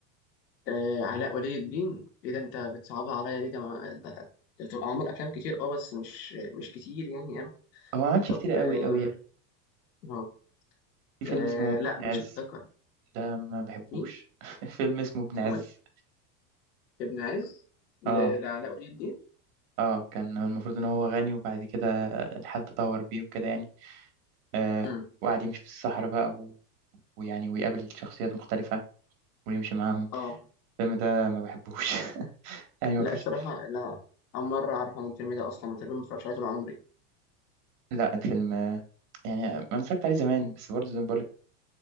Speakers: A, on the left (about 85°); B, on the right (about 65°).
A: آه، علاء ولي الدين ايه ده انت بتصعبها عليا ليه ده ما- ده- ده بتبقى عامل افلام كتير اه بس مش مش كتير يعني يعني.
B: هو ما عملش
A: طب
B: كتير قوي
A: آم،
B: قوي يعني
A: آه.
B: في فيلم
A: آه،
B: اسمه
A: لا
B: ابن عز
A: مش هفتكر
B: ده ما بحبوش
A: مين
B: <laughs> فيلم اسمه ابن
A: اسمه
B: عز
A: ايه ابن عز ل-
B: اه
A: لعلاء ولي الدين
B: اه كان المفروض ان هو غني وبعد كده الحال تطور بيه وكده يعني آه
A: مم.
B: وقعد يمشي في الصحراء بقى و... ويعني ويقابل شخصيات مختلفة ويمشي معاهم
A: اه
B: الفيلم ده ما بحبوش <laughs> يعني
A: لا
B: ما فيهوش
A: الصراحه لا اول مره اعرف عن الفيلم ده اصلا تقريبا ما اتفرجتش عليه طول عمري
B: لا الفيلم آه، يعني انا اتفرجت عليه زمان بس برضه زي ما بقولك